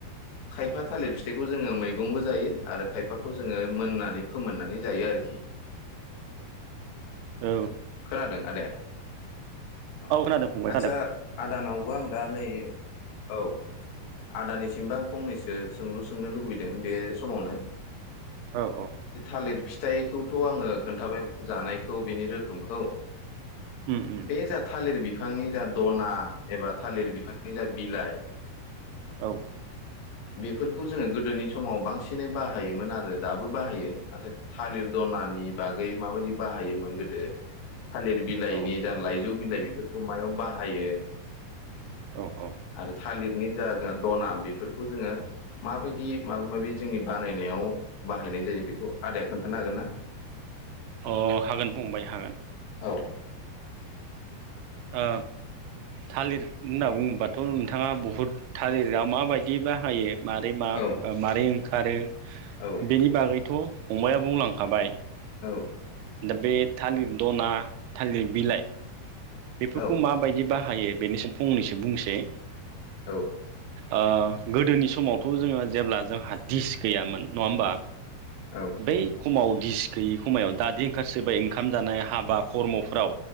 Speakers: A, on the left; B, on the right.
A: खायफा थालिर फिथाइखौ जोंङो मैगंबो जायो आरो खायफाखौ जोंङो मोननानै फोमोन जायो आरो खि,
B: औ
A: खोनादों आदाया? औ
B: खोनादों फंबाय
A: आदसा
B: खोनादों
A: आदानाव व आं दा नै औ आदानिसिमबो आं फंनैसो सोंलु सोंनो लुबैदों बे समावनो।
B: औ औ
A: थालिर फिथाइखौथ' आंङो खोन्थाबाय जानायखौ बेनि रोखोमखौ
B: उम उम
A: बे जा थालिर बि बिफांनि जा दना एबा थालिर बिफांनि जा बिलाइ
B: औ
A: बेफोरखौ जोंङो गोदोनि समाव बांसिनै बाहायोमोन आरो दाबो बाहायो। नाथाय थालिर दनानि बागै माबायदि बाहायोमोन गोदो थालिर बिलाइनि
B: औ
A: जा लाइजौ बिलाइ बेफोरखौ मायाव बाहायो
B: औ औ
A: आरो थालिरनि जा जोंहा दना बेफोरखौ जोंङो माबायदि माबा माबि जोंनि बानायनायाव बाहायनाय जायो बेखौ आदाया खोन्थानो हागोन ना?
B: अ हागोन फंबाय हागोन ।
A: औ
B: ओ थालिर होनना बुंङोबाथ' नोंथाङा बहुद थालिरा माबायदि बाहायो माबारै मा
A: औ
B: मारै ओंखारो
A: औ
B: बेनि बागैथ' फंबाया बुंलांखाबाय।
A: औ।
B: दा बे थालिर दना थालिर बिलाइ। बेफोरखौ
A: औ
B: माबायदिबा बा हायो बेनिसिम फंनैसो बुंनोसै
A: औ।
B: ओ गोदोनि समावथ' जोङो जेब्ला जोंहा दिस गैयामोन। नङा होमबा
A: औ
B: बै खमाव। गिस गैयि खमायाव दाद ओंखारसोबबाय ओंखाम जानाय हाबा खर्म'फोराव।